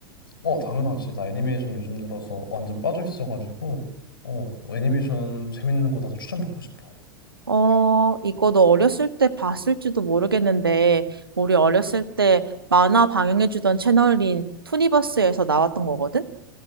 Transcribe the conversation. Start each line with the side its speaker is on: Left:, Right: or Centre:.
Left: 어, 당연하지. 나 애니메이션 요즘 들어서 완전 빠져 있어가지고, 어, 애니메이션 재밌는 거 나도 추천받고 싶어.
Right: 어, 이거 너 어렸을 때 봤을지도 모르겠는데, 우리 어렸을 때 만화 방영해주던 채널인 투니버스에서 나왔던 거거든?